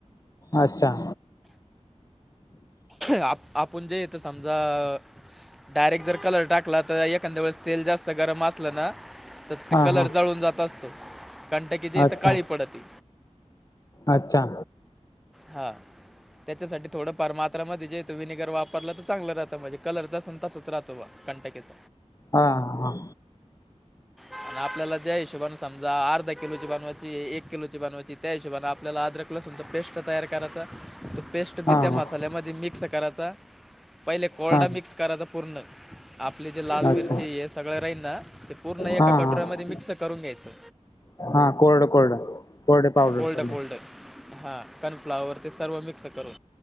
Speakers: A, on the left; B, in the centre.
A: अच्छा.
B: आप आपण जे येतं समजा- डायरेक्ट जर कलर टाकला तर, एखाद्या वेळेस तेल जास्त गरम असलं ना? तर ते
A: हा
B: कलर
A: हा
B: जळून जात असतो. कंटकी जे आहे
A: अच्छा
B: ती काळी पडती.
A: अच्छा.
B: हा. त्याच्यासाठी थोडं- फार मात्रामध्ये जे त व्हिनेगर वापरलं तर चांगलं राहतं. म्हणजे कलर तसन तसाच राहतो बा कंटकी -
A: हा हा.
B: आणि आपल्याला ज्या हिशोबाने- ज अर्धा किलोची बनवायची. एक किलोची बनवायची. त्या हिशोबाने आपल्याला अद्रक लसूणचा पेस्ट तयार करायचा- त पेस्ट
A: हा
B: बी- त्या
A: हा
B: मसाल्यामध्ये मिक्स करायचा. पहिले कोरडा
A: हा
B: मिक्स करायचा पूर्ण. आपले जे लाल
A: अच्छा
B: मिरची हे सगळे राहील ना? ते पूर्ण
A: हा
B: एका कटोऱ्यामध्ये
A: हा
B: मिक्स करून घ्यायचं.
A: हा. कोरड कोरड. कोरडे पावडर
B: कोल्ड
A: सगळे.
B: कोल्ड हां. कर्नफ्लावर ते सर्व मिक्स करून.